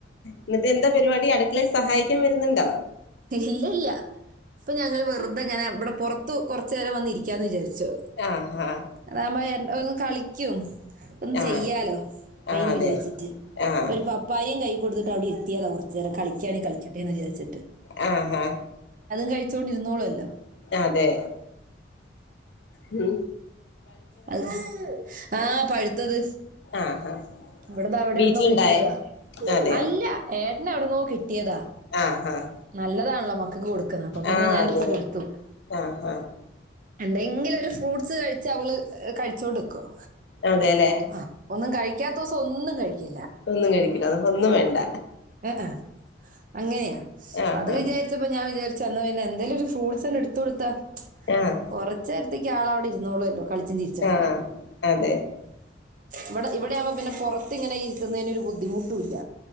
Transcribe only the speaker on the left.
ഇന്നത്തെ എന്താ പരിപാടി അടുക്കളയിൽ സഹായിക്കാൻ വരുന്നുണ്ടോ
ആഹാ
ആഹ്
ആഹ് അതെ
ആഹ്
ആ ആ
അതെ ഉ
ആഹാ
വീട്ടിലുണ്ടായ
അതെയോ
ആഹ് ആഹ്
ആഹ്
അതെ
ആഹ് ആഹ്
അതെല്ലേ
ഒന്നും കഴിക്കില്ല അത് ഒന്നും വേണ്ട
ആഹ്
ആഹ്
ആഹ്
ആഹ് അതെ